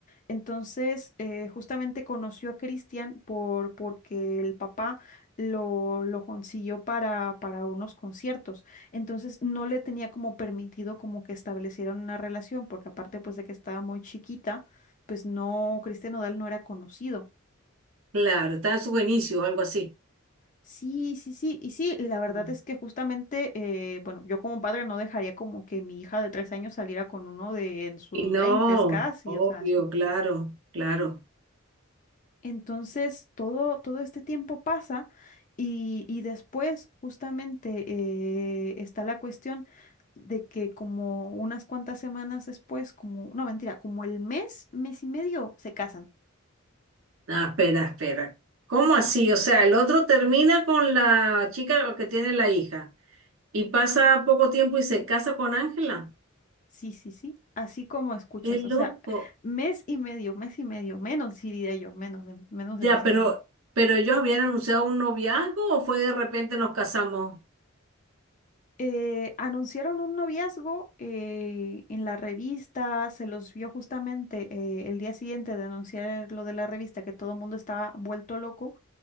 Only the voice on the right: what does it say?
Claro, estaba en sus inicios o algo así.
Ujú.
Y no,
obvio,
claro, claro.
Ah, espera, espera. ¿Cómo así? O sea, el otro termina con la chica que tiene la hija. Y pasa poco tiempo y se casa con Ángela.
Qué loco.
Ya,
pero,
pero ellos habían anunciado un noviazgo o fue de repente nos casamos.